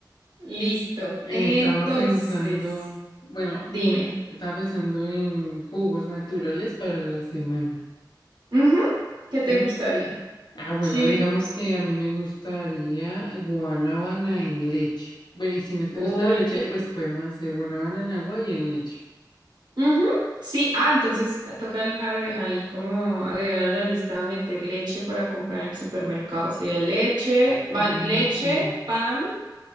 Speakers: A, on the right (about 65°); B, on the left (about 70°).
A: Listo.
B: Eh,
A: Entonces,
B: estaba pensando, bueno,
A: dime.
B: estaba pensando en jugos naturales para la semana,
A: Ujú, ¿Qué te
B: ¿sí?
A: gustaría?
B: Ah, bueno,
A: Sí.
B: digamos que a mí me gustaría guanábana en leche. Bueno, y si no
A: Uy,
B: te gusta la leche,
A: qué rico.
B: pues podemos hacer guanábana en agua y en leche.
A: Ujú, Sí, ah, entonces ah, toca al- arre- ahí como agregar a la lista, meter leche para comprar en el supermercado. Sería leche, van,
B: Ujú.
A: leche, pan,